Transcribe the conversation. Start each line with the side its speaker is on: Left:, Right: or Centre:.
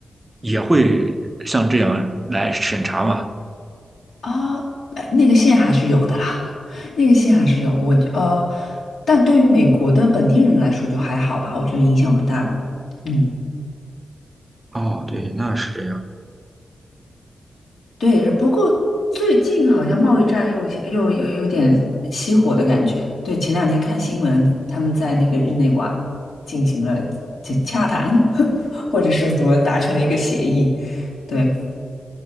Right: 也会像这样来审查嘛？
Left: 啊，呃那个线还是有的啦，那个线还是有。我呃，但对于美国的本地人来说就还好吧，我觉得影响不大吧。嗯。
Right: 哦，对，那是这样，
Left: 对，不过最近好像贸易战又又又有点熄火的感觉。对，前两天看新闻，他们在那个日内瓦进行了洽洽谈，<laughs> 或者是怎么达成了一个协议。对，